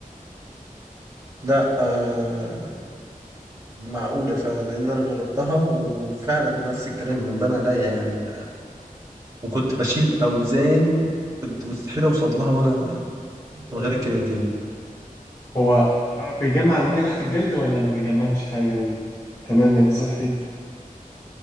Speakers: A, on the right; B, on the left.
A: لا آه معقولة فعلا لأن أنا جربتها وفعلا نفس الكلام بان عليا يعني ده. وكنت بشيل أوزان كنت مستحيل أوصل لها وأنا من غير الكرياتين
B: هو بيجمع المية تحت الجلد ولا ما بيجمعش حاجة و... تمام يعني صحي